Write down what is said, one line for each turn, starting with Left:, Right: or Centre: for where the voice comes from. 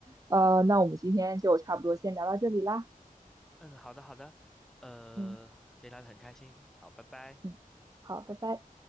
Right: 呃，那我们今天就差不多先聊到这里啦。
Centre: 嗯，好的好的，呃，
Right: 嗯。
Centre: 今天聊得很开心，好，拜拜。
Right: 嗯，好，拜拜。